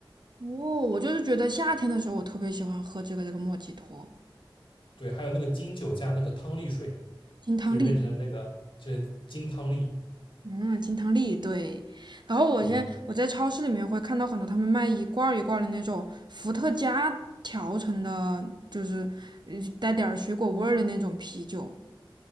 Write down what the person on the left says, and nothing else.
对，还有那个金酒加那个汤力水，
就是变成那个这金汤力。
嗯，